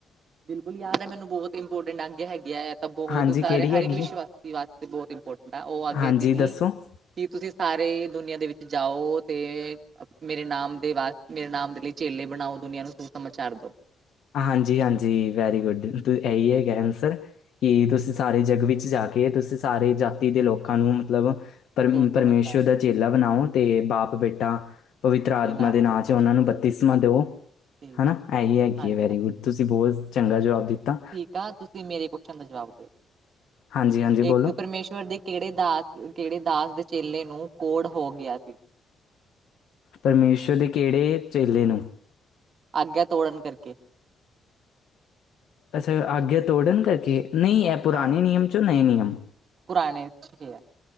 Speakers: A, on the right; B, on the left.
A: ਬਿਲਕੁਲ ਯਾਦ ਏ ਮੈਨੂੰ ਬਹੁਤ ਇੰਪੋਰਟੈਂਟ ਆਗਿਆ ਹੈਗੇ ਐ। ਤਾਂ ਬਹੁਤ
B: ਹਾਂਜੀ
A: ਸਾਰੇ,
B: ਕਿਹੜੀ
A: ਹਰ
B: ਹੈਗੀ
A: ਇੱਕ ਵਿਸ਼-ਵਕਤੀ
B: ਏ?
A: ਵਾਸਤੇ ਬਹੁਤ ਇੰਪੋਰਟੈਂਟ ਆ, ਉਹ ਆਗਿਆ
B: ਹਾਂਜੀ
A: ਸੀਗੀ
B: ਦੱਸੋ?
A: ਕੀ ਤੁਸੀਂ ਸਾਰੇ ਦੁਨੀਆਂ ਦੇ ਵਿੱਚ ਜਾਓ ਤੇ ਮੇਰੇ ਨਾਮ ਦੇ ਵਾਸਤੇ, ਮੇਰੇ ਨਾਮ ਦੇ ਲਈ ਚੇਲੇ ਬਣਾਓ ਦੁਨੀਆਂ ਨੂੰ <unintelligible> ਸਮਾਚਾਰ ਦੋ।
B: ਹਾਂਜੀ-ਹਾਂਜੀ, ਵੈਰੀ ਗੁੱਡ, ਤੂੰ ਏਹੀ ਹੈਗਾ ਅਂਨਸਰ ਕਿ ਤੁਸੀਂ ਸਾਰੇ ਜੱਗ ਵਿੱਚ ਜਾ ਕੇ, ਤੁਸੀਂ ਸਾਰੇ ਜਾਤੀ ਦੇ ਲੋਕਾਂ ਨੂੰ ਮਤਲਬ ਪਰਮ-ਪਰਮੇਸ਼ੁਰ
A: ਸੁਸਮਾਚਾਰ
B: ਦਾ ਚੇਲਾ ਬਣਾਓ ਤੇ ਬਾਪ-ਬੇਟਾ ਪਵਿੱਤਰ ਆਤਮਾ
A: ਨਾਮ
B: ਦੇ ਨਾਂ
A: ਤੋਂ
B: ਚ, ਓਨਾਂ ਨੂੰ ਬੱਤੀ ਸਮਾਂ ਦੋ।
A: ਠੀਕ
B: ਹਨਾਂ,
A: ਹੈ
B: ਏਹੀ ਹੈਗੀ,
A: ਹਾਂਜੀ
B: ਵੈਰੀ
A: ਹਾਂ
B: ਗੁੱਡ, ਤੁਸੀਂ ਬੋਤ ਚੰਗਾ ਜਵਾਬ ਦਿੱਤਾ।
A: ਕਿਆ ਤੁਸੀਂ, ਮੇਰੇ ਕੋਸ਼ਨ ਦਾ ਜਵਾਬ ਦੋ,
B: ਹਾਂਜੀ-ਹਾਂਜੀ
A: ਇੱਕ
B: ਬੋਲੋ
A: ਪਰਮੇਸ਼ਵਰ ਦੀ ਕੇੜੇ ਦਾਸ, ਕੇੜੇ ਦਾਸ ਦੇ ਚੇਲੇ ਨੂੰ ਕੋੜ ਹੋ ਗਿਆ ਸੀ।
B: ਪਰਮੇਸ਼ੁਰ ਦੇ ਕੇੜੇ ਚੇਲੇ ਨੂੰ।
A: ਆਗਿਆ ਤੋੜਨ ਕਰਕੇ।
B: ਅੱਛਾ, ਆਗਿਆ ਤੋੜਨ ਕਰਕੇ, ਨਈਂ ਐ ਪੁਰਾਣੇ
A: ਹਾਂ
B: ਨਿਯਮ ਚੋਂ ਨਏ ਨਿਯਮ।
A: ਪੁਰਾਣੇ ਚ ਈ ਐ।